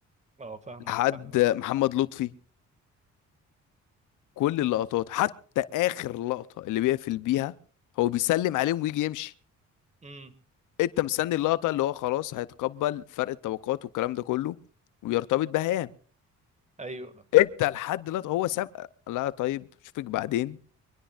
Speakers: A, on the right; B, on the left.
A: اه فاهمك
B: لحد
A: فاهمك
B: محمد لطفي كل اللقطات حتى اخر لقطة اللي بيقفل بيها هو بيسلم عليهم ويجي يمشي
A: امم
B: انت مستني اللقطه اللي هو خلاص هيتقبل فرق الطبقات والكلام ده كله ويرتبط بهيام
A: ايوه
B: انت لحد دلوقتي هو سابقه لا طيب اشوفك بعدين